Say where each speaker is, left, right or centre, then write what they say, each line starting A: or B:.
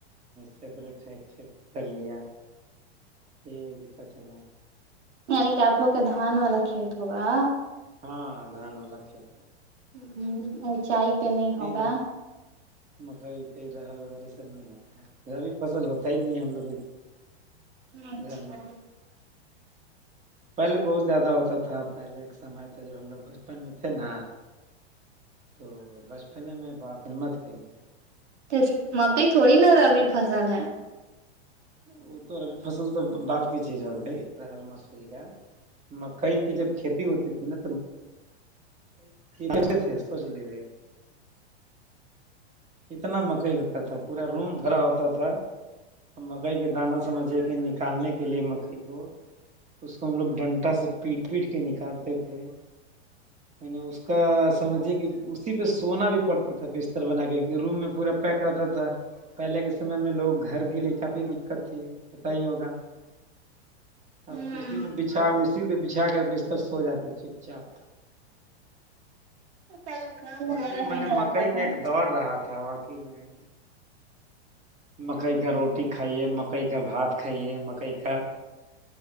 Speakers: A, on the right; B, on the right.
A: سپریٹ ہے کھیت کر لیا یہ دقت ہے نا
B: یعنی کہ آپ لوگ کے دھان والا کھیت ہوگا
A: ہاں دان وال ل کے
B: ہ اونچائی پہ نہیں ہوگا
A: ہے مکئی اکئی رہ وغیر یہ سب نہیں ہوتا ابھی فصل ہوتا ہی نہیں ہم لوگ
B: اچھا
A: گھر میں پہلے بہت زیادہ ہوتا تھا پہلے ایک سمے تھا جب ہم لوگ بچپن میں تھے نا تو بچپنے میں باپ ہملمت کہی ہے
B: پھر مکئی تھوڑی ن ربی فصل ہے
A: وہ تو ابھی فصل تو بات کی چ سر می کا مکئی کی جب کھیتی ہوتی تھی نا توتے تھے سوچ لیجیے کتنا مکئی ہوتا تھا پورا روم بھرا ہوتا تھا مکئی کے دانا سمجھے کہ نکالنے کے لیے مکئی کو اس کو ہم لوگ ڈنٹا سے پیٹ پیٹ کے نکالتے تھے میں نے اس کا سمجھیے کہ اسی پہ سونا بھی پڑتا تھا بستر بنا کے روم میں پورا پیک رہتا تھا پہلے کے سمے میں لوگ گھر کے لیے کافی دقت تھی پت ہی ہوگا
B: ہوں
A: اب اسی میں بچھا اسی پہ بچھا کر بستستر سو جاتے چپ چاپ
B: پہلے گاؤں
A: باقی
B: وغیرہ
A: میں
B: نہیں
A: نے
B: نہ
A: مکئی
B: رہتا تھا
A: کا ایک دور رہا تھااقی میں مکئی کا روٹی روٹی کائیے مکئی کا بھات کائیے مکئی کا